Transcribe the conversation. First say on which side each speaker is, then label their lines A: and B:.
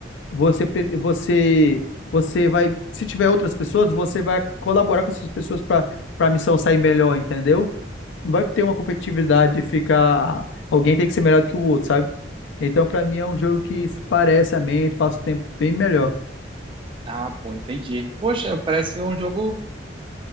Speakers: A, on the left; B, on the right.
A: você pre- você você vai, se tiver outras pessoas, você vai colaborar com essas pessoas para para a missão sair melhor, entendeu? Não vai ter uma competitividade de ficar alguém tem que ser melhor do que o outro, sabe? Então, para mim é um jogo que parece a mente, passa o tempo bem melhor.
B: Ah, pô, entendi. Poxa, parece ser um jogo,